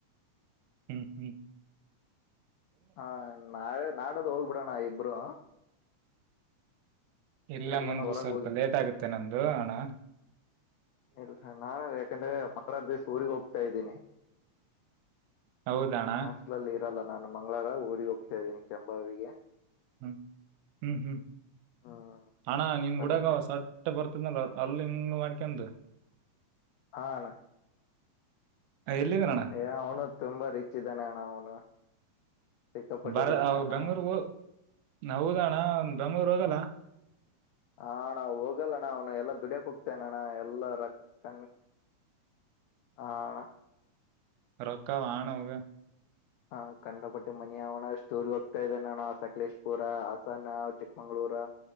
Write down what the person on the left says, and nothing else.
ಹಾ ನಾಳೆ ನಾಡದ ಹೋಗ್ಬಿಡೋಣ ಇಬ್ರು
ಇದೀಗನ
ಹೊರಗೆ
ಇದು ಸ ನಾನು ಯಾಕಂದ್ರೆ ಪಾರ ದಿವಸ ಊರಿಗೆ ಹೋಗ್ತಾ ಇದ್ದೀನಿ
ಹಾಸ್ಟ್ಲಲ್ಲಿ ಇರಲ್ಲ ನಾನು ಮಂಗಳಾರ ಊರಿಗೆ ಹೋಗ್ತಾ ಇದ್ದೀನಿ ಕೆಂಬಾವಿಗೆ
ಹ್ಮ್
ಅದಕ್ಕೆ
ಹಾ ಅಣ್ಣಾ
ಯ ಅವ್ನು ತುಂಬಾ ರಿಚ ಇದ್ದಾನೆ ಅಣ್ಣ ಅವನು ಸಿಕ್ಕಾಪಟ್ಟೆ
ರಿಚ್ ಅಣ್ಣ
ಹಾಣಾ ಹೋಗಲ್ಲಣ್ಣ ಅವ್ನು ಎಲ್ಲಾ ದುಡ್ಯಕ್ ಹೋಗ್ತನಣ್ಣ ಎಲ್ಲ ರೊಕ್ಕ
ಹಾ ಅಣ್ಣ
ಹಾ ಕಂಡ ಪಟಿ ಮನ ಅವಣ ಸ್ಟೋರಿ ಹೋಗ್ತಾ ಇದೆ ನಣ ಸಕಲೇಶ್ಪುರ ಹಾಸನ ಚಿಕ್ಕಮಂಗಳೂರು